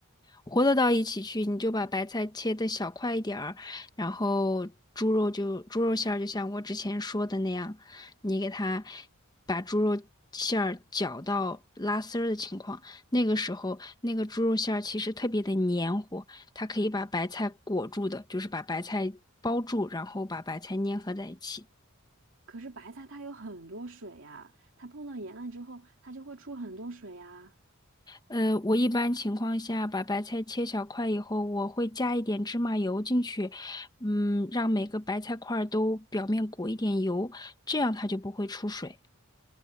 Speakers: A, on the left (about 20°); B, on the right (about 65°).
A: 和得到一起去，你就把白菜切的小块一点儿，然后猪肉就猪肉馅儿，就像我之前说的那样，你给它把猪肉馅儿搅到拉丝儿的情况，那个时候那个猪肉馅儿其实特别的黏糊，它可以把白菜裹住的，就是把白菜包住，然后把白菜粘合在一起。
B: 可是白菜它有很多水呀，它碰到盐了之后，它就会出很多水呀。
A: 呃，我一般情况下把白菜切小块以后，我会加一点芝麻油进去，嗯，让每个白菜块儿都表面裹一点油，这样它就不会出水。